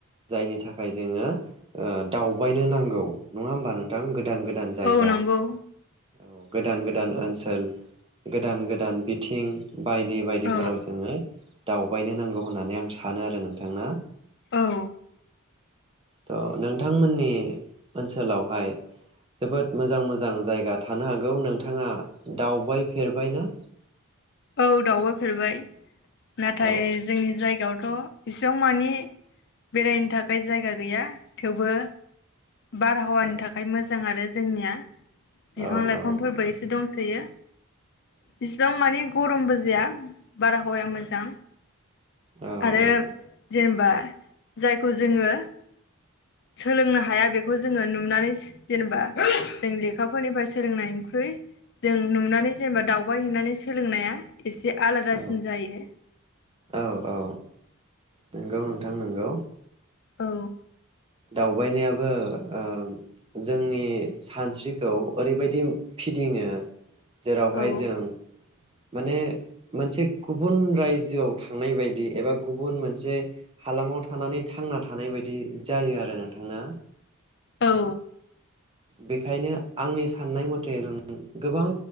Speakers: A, on the right (about 25°); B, on the left (about 50°).
A: जायनि थाखाय जोङो ओ दावबायनो नांगौ नङा होमबा नोंथां? गोदान गोदान जायगा
B: औ नंगौ
A: औ गोदान गोदान ओनसोल गोदान गोदान बिथिं बायदि बायदिफोराव
B: औ
A: ङो दाव बायनो नांगौ होननानै आं सानो आरो नोंथां ना।
B: औ
A: थ' नोंथांमोननि ओनसोलावहाय जोबोद मोजां मोजां जायगा थानो हागौ नोंथाङा दावबायफेरबाय ना?
B: औ दावउबायफेरबाय। नाथाय
A: औ
B: जोंनि जायगायाव थ' एसेबांमानि बेरायनो थाखाय जायगा गैया थेवबो बारहावानि
A: औ
B: थाखाय मोजां आरो जोंनिया बिफां
A: औ
B: लाइफांफोरबो
A: औ औ
B: एसे दंसोयो इसिबां मानि गरमबो जाया बारहावाया मोजां।
A: औ
B: आरो जेनेबा जायखौ जोङो सोलोंनो हाया बेखौ जोङो नुनानै जेनेबा जों लेखाफोरनिफ्राय सोलोंनायनिख्रुइ जों नुनानै जेनेबा दावबाय हैैनानै सोलोंनाया <inaudible> एसे आलादासिन
A: औ
B: जायो।
A: औ औ नोंगौ नोंथां नोंगौ।
B: औ
A: दावबायनायाबो ओ जोंनि सानस्रिखौ ओरैबायदि फिदिङो जेरावहाय
B: औ
A: जों माने मोनसे गुबुन रायजोआव थांनाय बायदि एबा गुबुन मोनसे हालामाव थानानै थांना थानाय बायदि। जायो आरो नोंथांना?
B: औ।
A: बेखायनो आंनि साननाय मथे गोबां